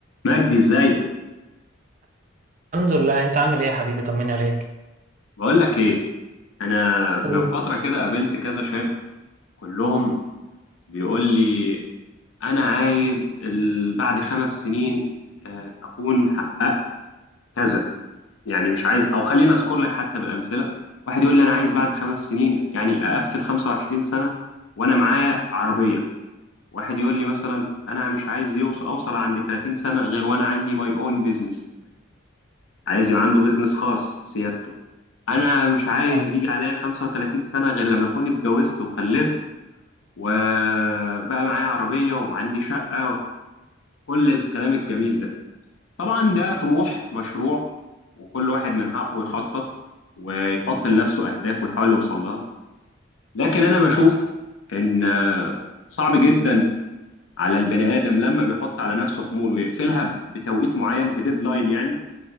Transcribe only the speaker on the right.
الحمد لله انت عامل ايه يا حبيبي طمني عليك
اوه
ايوه